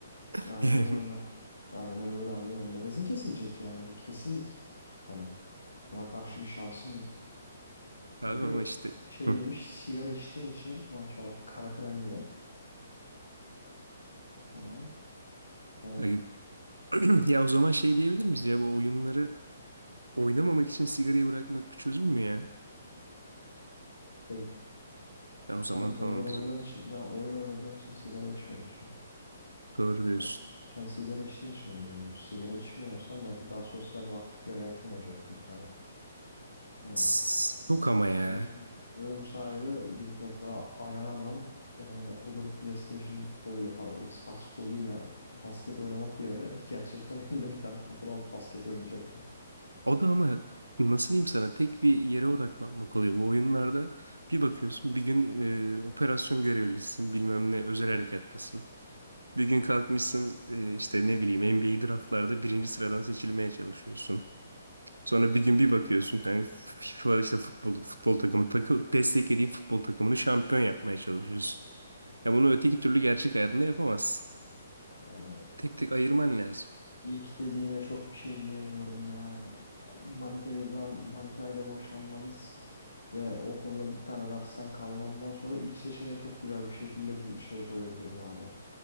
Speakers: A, on the right; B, on the left.
A: <laughs>
B: Aynen öyle. Aynen öyle abi. Yani nefesin kesilecek yani bu kesinlik. Hani buna karşı bir şansın yok. Çünkü
A: Yani abi ama işte.
B: şey
A: Hı.
B: gibi sigara içtiğin için maşallah kara tren gibi. Ama hani
A: Ay- <clears throat> Ya o zaman şey diyebilir miyiz ya bu oyunları oynamamak için sigarayı bırakmak bir çözüm mü ya?
B: şey,
A: Ya o
B: sen
A: zaman tamam
B: oyun oynadığın
A: biz o.
B: için sen oyun oynadığın için sigara içmiyorsun.
A: Doğru diyorsun.
B: Sen, sen sigara içtiğin için oyun oynuyorsun. Sigara içmiyorsan belki daha sosyal ve aktif bir hayatın olacaktı bir tane. Hani
A: S- Yok ama ya.
B: Ve bu sayede, ve bu sayede gidip mesela agalarla eee olur PlayStation koluyla pardon Xbox koluyla basket oynamak yerine <laughs> gerçekten elinde bir tane topunu alıp basket oynayacaktım.
A: O da ama nasıl diyeyim sana tek bir yere odaklanmak oluyor. Bu oyunlarda bir bakıyorsun bir gün e, operasyon görevlisisin bilmem ne özel harekattasın. Bir gün kalkmışsın e, işte ne bileyim NBA draftlarda birinci sıradan seçilmeye çalışıyorsun. Sonra bir gün bir bakıyorsun kanka FIFA işte futbol, futbol takımı takı, desteklediğin futbol takımını şampiyon yapmaya çalışıyorsun. Ya bunu öteki türlü gerçek hayatında yapamazsın.
B: Yani
A: Tek tek ayırman lazım.
B: ilk dediğine çok bir şey diyemiyorum yani. Manita'dan Manita'yla boşanmamız ve okulda bir tane dersten kalmamdan sonra ilk seçeneği çok güzel bir şekilde dü- şey koyabilirim abi.